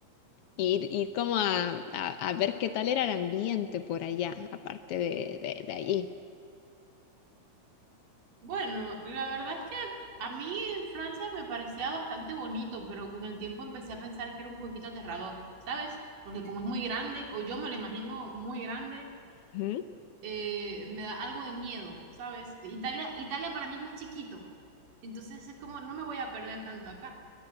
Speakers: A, on the left (about 80°); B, on the right (about 75°).
A: ir, ir como a, a- a ver qué tal era el ambiente por allá, aparte de, de, de allí.
B: Bueno, la verdad es que a mí en Francia me parecía bastante bonito, pero con el tiempo empecé a pensar que era un poquito aterrador, ¿sabes? Porque como es muy grande, o yo me lo imagino muy grande,
A: Ujú,
B: eh, me da algo de miedo, ¿sabes? Italia, Italia para mí es más chiquito, entonces es como no me voy a perder tanto acá.